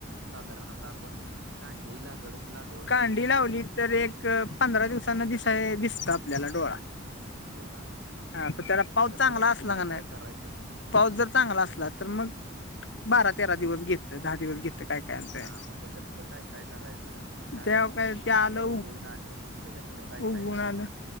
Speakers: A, on the right (about 65°); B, on the left (about 60°).
A: साधारणता आपण कांडी लागड लागवड
B: कांडी
A: केली
B: लावली
A: काय.
B: तर एक पंधरा दिवसांना दिसा दिसत आपल्याला डोळा.
A: होय का
B: हा प
A: आणि
B: त्याला
A: मग त्याच्या
B: पाऊस चांगला
A: पुढं मग
B: असला
A: काय
B: का
A: काय
B: नाय
A: करायचं?
B: पाऊस जर चांगला असला तर मग बारा तेरा दिवस घेत दहा दिवस घेत काय कायअसं आहे.
A: हा मग त्याच्या पुढं काय काय करायचं ते सांगा
B: त्या
A: की म्हणजे
B: काय ते आलं
A: आता उगवून आलं मग त्याच्या पुढं काय
B: उगवून
A: काय करायचं?
B: आलं